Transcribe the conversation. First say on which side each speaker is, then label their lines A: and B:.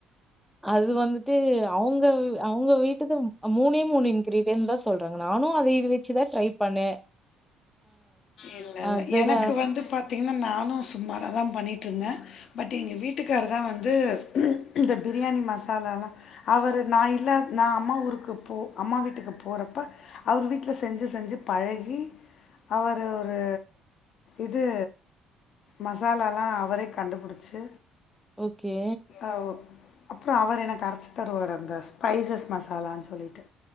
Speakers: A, in the centre; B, on the left (about 50°).
A: அது வந்துட்டு அவ்ங்கவ்வு அவ்ங்க வீட்டுதும் அ மூணே மூண் இன்க்றிடியன்ந்தாஸ் சொல்றாங்க நானு அதேயி வச்சுதா ட்ரை பண்ணே
B: இல்லல்ல
A: அதுதா
B: எனக்கு வந்து பாத்தீங்கன்னா நானு சும்மாராதா பண்ணிட்டுருந்தே பட் எங்க வீட்டுக்காரு வந்து இந்த பிரியாணி மசாலாலா அவரு நா இல்லாத் நா அம்மா ஊருக்கு போ அம்மா வீட்டுக்கு போறப்ப அவர் வீட்ல செஞ்சு செஞ்சு பழகி அவரு ஒரு இது மசாலாலா அவரே கண்டுபுடுச்சு
A: ஓகே
B: ஆவோ அப்றோ அவர் எனக் அரச்சி தருவார் அந்த ஸ்பைசஸ் மசாலா சொல்லிட்டு